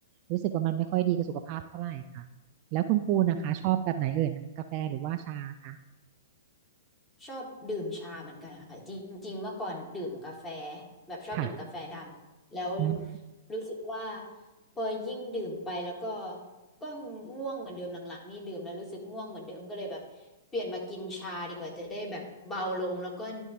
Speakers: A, on the right; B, on the left.
A: รู้สึกว่ามันไม่ค่อยดีกับสุขภาพเท่าไหร่ค่ะแล้วคุณปูนนะคะชอบแบบไหนเอ่ยนะกาแฟหรือว่าชาคะ
B: อืมชอบดื่มชาเหมือนกันค่ะจริงๆเมื่อก่อนดื่มกาแฟแบบชอบดื่มกาแฟดำแล้ว
A: ค่ะอืม
B: รู้สึกว่าพอยิ่งดื่มไปแล้วก็ก็ง่วงเหมือนเดิมหลังๆนี่ดื่มแล้วรู้สึกง่วงเหมือนเดิมก็เลยแบบเปลี่ยนมากินชาดีกว่าจะได้แบบเบาลงแล้วก็